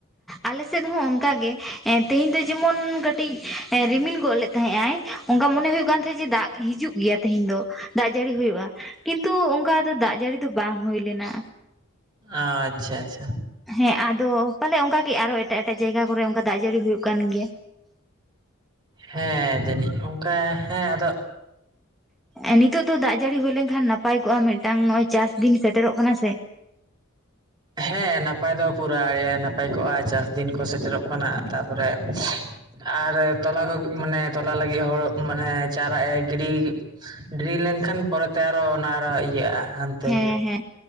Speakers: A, in the centre; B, on the right.
A: ᱟᱞᱮ ᱥᱮᱫ ᱦᱚᱸ ᱚᱱᱠᱟᱜᱮ ᱮ ᱛᱮᱦᱮᱧ ᱫᱚ ᱡᱮᱢᱚᱱ ᱠᱟᱹᱴᱤᱡ ᱮ ᱨᱤᱢᱤᱞ ᱜᱚᱫ ᱞᱮᱫ ᱛᱟᱦᱮᱸᱜ ᱟᱭ᱾ ᱚᱝᱠᱟ ᱢᱚᱱᱮ ᱦᱩᱭᱩᱜ ᱠᱟᱱ ᱛᱟᱦᱮᱸ ᱡᱮ ᱫᱟᱜ ᱦᱤᱡᱩᱜ ᱜᱮᱭᱟ ᱛᱮᱦᱮᱧ ᱫᱚ ᱫᱟᱜ ᱡᱟᱹᱲᱤ ᱦᱩᱭᱩᱜᱼᱟ᱾ ᱠᱤᱱᱛᱩ ᱚᱱᱠᱟ ᱫᱚ ᱫᱟᱜ ᱡᱟᱹᱲᱤ ᱫᱚ ᱵᱟᱝ ᱦᱩᱭ ᱞᱮᱱᱟ᱾
B: ᱟᱪᱷᱟ ᱟᱪᱪᱷᱟ
A: ᱦᱮᱸ ᱟᱫᱚ ᱯᱟᱞᱮ ᱚᱱᱠᱟ ᱜᱮ ᱟᱨᱚ ᱮᱴᱟᱜ ᱮᱴᱟᱜ ᱡᱟᱭᱜᱟ ᱠᱚᱨᱮ ᱚᱱᱠᱟ ᱫᱟᱜ ᱡᱟᱹᱲᱤ ᱦᱩᱭᱩᱜ ᱠᱟᱱ ᱜᱮᱭᱟ᱾
B: ᱦᱮᱸ ᱡᱟᱹᱱᱤᱡ ᱚᱱᱠᱟ ᱦᱮᱸ ᱟᱫᱚ
A: ᱮ ᱱᱤᱛᱚᱜ ᱫᱚ ᱫᱟᱜ ᱡᱟᱹᱲᱤ ᱦᱩᱭ ᱞᱮᱱᱠᱷᱟᱱ ᱱᱟᱯᱟᱭ ᱠᱚᱜᱼᱟ ᱢᱤᱫᱴᱟᱝ ᱱᱚᱜᱼᱚᱭ ᱪᱟᱥ ᱫᱤᱱ ᱥᱮᱴᱮᱨᱚᱜ ᱠᱟᱱᱟ ᱥᱮ᱾
B: ᱦᱮᱸ ᱱᱟᱯᱟᱭ ᱫᱚ ᱯᱩᱨᱟᱹ ᱱᱟᱯᱟᱭ ᱠᱚᱜᱼᱟ ᱪᱟᱥ ᱫᱤᱱ ᱠᱚ ᱥᱮᱴᱮᱨᱚᱜ ᱠᱟᱱᱟ ᱛᱟᱨᱯᱚᱨᱮ ᱟᱨ ᱛᱚᱞᱟ ᱠᱚ ᱢᱟᱱᱮ ᱛᱚᱞᱟ ᱞᱟᱹᱜᱤᱫ ᱦᱳᱲᱳ ᱢᱟᱱᱮ ᱪᱟᱨᱟ ᱮ ᱜᱤᱰᱤ ᱰᱤᱨᱤ ᱞᱮᱱᱠᱷᱟᱱ ᱯᱚᱨᱮᱛᱮ ᱟᱨᱚᱦᱚ ᱚᱱᱟ ᱟᱨᱚ ᱤᱭᱟᱹᱜᱼᱟ ᱦᱟᱱ ᱛᱮ
A: ᱦᱮᱸ ᱦᱮᱸ